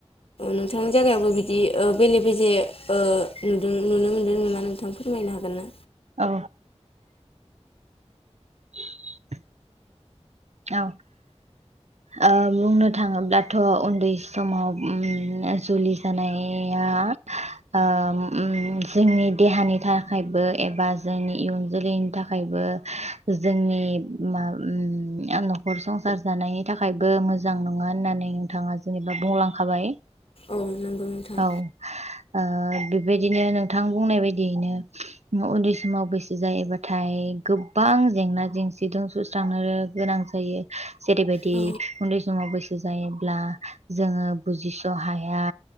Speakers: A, on the left (about 55°); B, on the right (about 70°).
A: नोंथांनि जायगायावबो बिदि ओ बेले बेजे ओ नुदों नुनो मोनदों नामा नोंथां? फोरमायनो हागोन ना?
B: औ <unintelligible> औ ओ बुंनो थाङोब्लाथ' उन्दै समाव जुलि जानाया ओ जोंनि देहानि थाखायबो एबा जोंनि इयुन जोलैनि थाखायबो जोंनि मा न'खर संसार जानायनि थाखायबो मोजां नङा होननानै नोंथाङा जेनेबा बुंलांखाबाय।
A: औ नंगौ नोंथां।
B: औ ओ बेबायदिनो नोंथां बुंनाय बायदियैनो न' उन्दै समाव बैसो जायोबाथाय गोबां जेंना जेंसिजों सुस्रांङो। गोनां जायो जेरैबायदि
A: औ
B: उन्दै समाव बै बो जायोब्ला जोङो बुजिस' हाया।